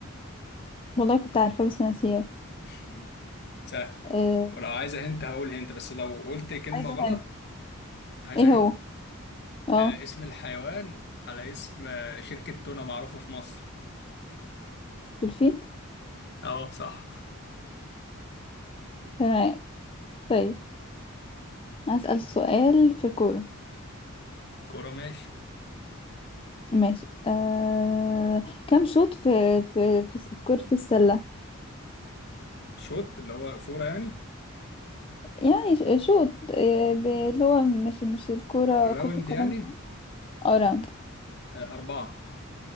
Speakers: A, on the left; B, on the left.
A: والله كنت عارفة بس ناسياه
B: <laughs> سهل
A: آه
B: ولو عايزة هنت هقول هنت بس لو قلت كلمة
A: عايزة
B: غلط
A: هند
B: عايزة
A: ايه هو
B: هنت
A: اه
B: آه اسم الحيوان على اسم آه، شركة تونة معروفة في مصر
A: دولفين
B: اه صح
A: تمام طيب أسأل سؤال في الكورة
B: كورة ماشي
A: ماشي آه... كم شوط في في في, في كرة السلة
B: شوت اللي هو فورة يعني
A: يعني ش- شوط آه، ب- اللي هو مش مش الكورة
B: راوند
A: كرة القدم
B: يعني
A: اتنين اه راوند
B: آه، أربعة